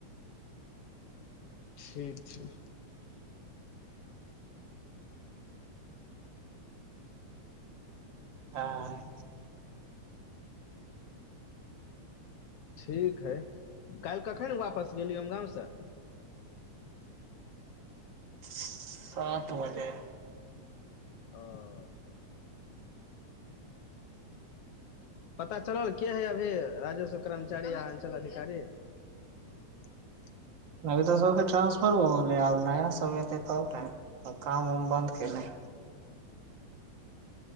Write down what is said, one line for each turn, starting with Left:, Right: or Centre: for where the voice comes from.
Left: ठीक छै
Right: हँ
Left: ठीक हइ काल्हि कखन वापस गेली हम गाँवसँ
Right: सात बजे
Left: अ पता चलल के है अभी राजेश्व कर्मचारी आ अञ्चल अधिकारी <inaudible>
Right: अभी तऽ सब के ट्रांसफर हो गेलै आब नया सब एते त ने काम उम बन्द केने